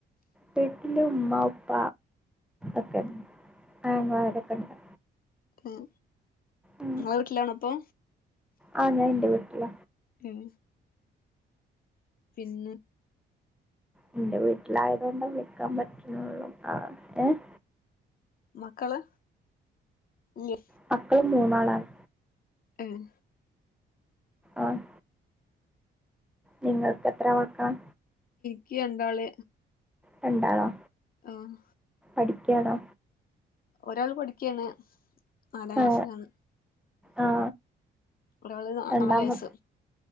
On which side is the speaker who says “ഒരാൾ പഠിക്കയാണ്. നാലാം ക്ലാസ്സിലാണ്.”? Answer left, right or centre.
Left